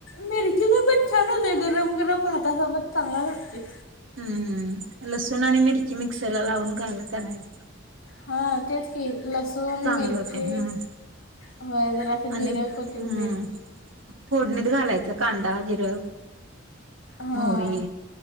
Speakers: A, on the left (about 80°); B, on the right (about 75°).
A: मिरचीच पण छान होतय गरम गरम भातासोबत चांगला लागतेय‌.
B: हम्म लसूण आणि मिरची मिक्सर ला लावून घालून करायचं
A: हा तेच की लसूण,
B: चांगले
A: मिरची
B: होते हम्म
A: होय जरासं जिरं,
B: आणि
A: कोथिंबीर
B: हम्म फोडणीत घालायचं कांदा जिरं
A: हां
B: मोहरी